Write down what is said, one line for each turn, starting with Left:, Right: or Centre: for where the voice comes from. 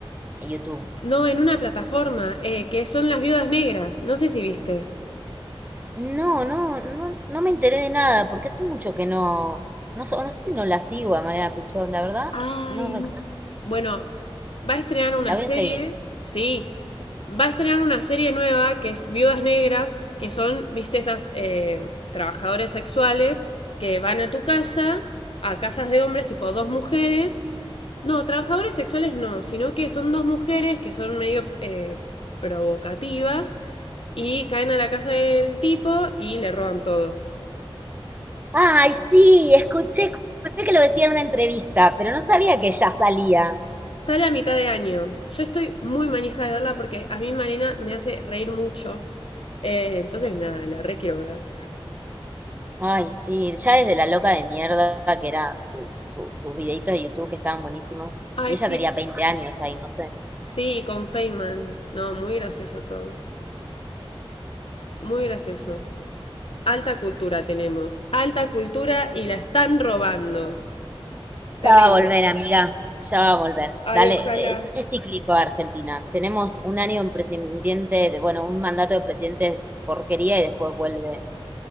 Right: en YouTube.
Left: No, en una plataforma, eh, que son Las Viudas Negras. No sé si viste.
Right: No, no, no, no me enteré de nada, porque hace mucho que no, no, sé- no sé si no la sigo a Mariana Pichón, la verdad,
Left: Ay.
Right: no recuerdo.
Left: n- Bueno, va a estrenar una
Right: La voy
Left: serie,
Right: a seguir.
Left: sí, Va a estrenar una serie nueva que es Viudas Negras, que son, viste, esas eh, trabajadores sexuales que van a tu casa, a casas de hombres, tipo dos mujeres. No, trabajadores sexuales no, sino que son dos mujeres que son medio eh, provocativas y caen a la casa del tipo y le roban todo.
Right: Ay, sí, escuché, escuché que lo decía en una entrevista, pero no sabía que ya salía.
Left: Sale a mitad de año. Yo estoy muy manija de verla porque a mí Malena me hace reír mucho. Eh, entonces, nada, la re quiero ver.
Right: Ay, sí, ya desde la loca de mierda, que era su, su- sus videitos de YouTube que estaban buenísimos.
Left: Ay,
Right: Y ella
Left: sí.
Right: tenía 20 años ahí, no sé.
Left: Sí, con Feynman. No, muy gracioso todo. Muy gracioso. Alta cultura tenemos. Alta cultura y la están robando. Terrible.
Right: Ya va a volver, amiga. Ya va a volver.
Left: Ay,
Right: Dale,
Left: ojalá.
Right: es, es cíclico Argentina. Tenemos un año un presidente, de, bueno, un mandato de presidente de porquería y después vuelve